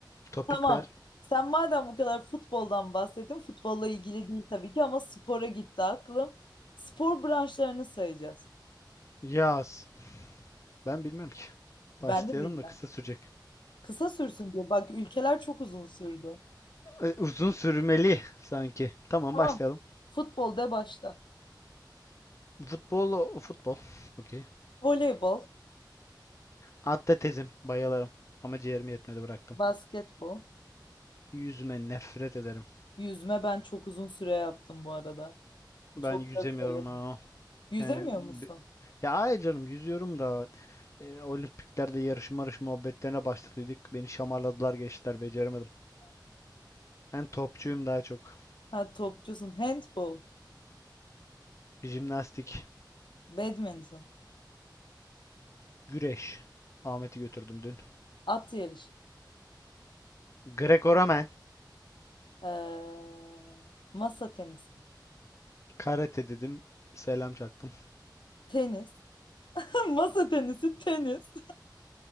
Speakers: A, on the left (about 40°); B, on the left (about 80°).
A: Topik
B: Tamam.
A: ver.
B: Sen madem bu kadar futboldan bahsettin, futbolla ilgili değil tabii ki ama spora gitti aklım. Spor branşlarını sayacağız.
A: Yaz. Ben bilmem ki.
B: Ben
A: Başlayalım
B: de bilmem.
A: da kısa sürecek.
B: Kısa sürsün diye. Bak ülkeler çok uzun sürdü.
A: E, Uzun sürmeli sanki. Tamam
B: Tamam.
A: başlayalım.
B: Futbol de başta.
A: Futbol o- futbol. Okey.
B: Voleybol,
A: Atletizm bayılırım ama ciğerim yetmedi bıraktım.
B: basketbol,
A: Yüzme nefret ederim.
B: yüzme ben çok uzun süre yaptım bu arada.
A: Ben
B: Çok
A: yüzemiyorum
B: da severim.
A: ha.
B: Yüzemiyor
A: Yani
B: musun?
A: be- ya ay canım yüzüyorum da e, olimpiklerde yarış marış muhabbetlerine başladıydık. Beni şamarladılar geçtiler beceremedim. Ben topçuyum daha çok.
B: Ha topçusun. Handbol,
A: Jimnastik,
B: badminton,
A: güreş. Ahmet'i götürdüm dün.
B: at yarışı,
A: Greco-Romen,
B: ee, masa tenisi,
A: karate dedim. Selam çaktım.
B: tenis. <laughs> Masa tenisi, tenis,